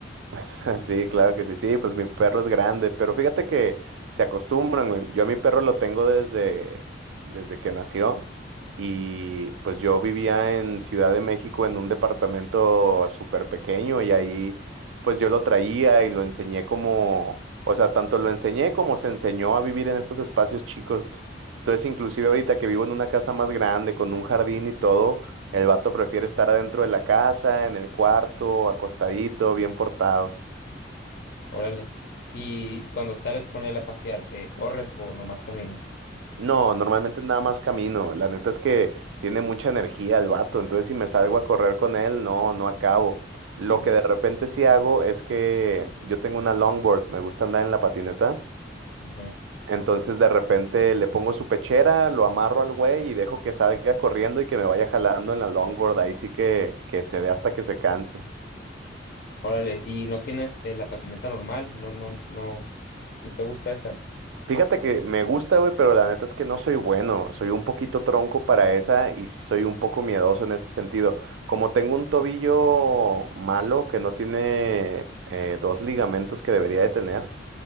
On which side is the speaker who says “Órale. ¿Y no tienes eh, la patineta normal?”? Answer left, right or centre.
Left